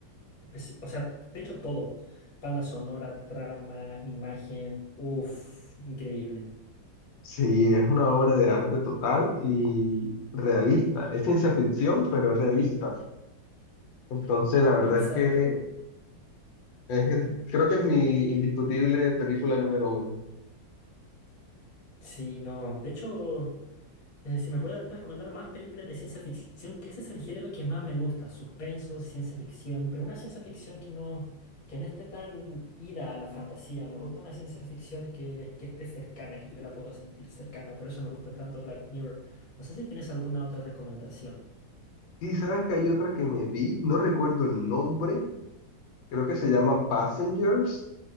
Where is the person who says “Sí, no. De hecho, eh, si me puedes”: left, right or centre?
Left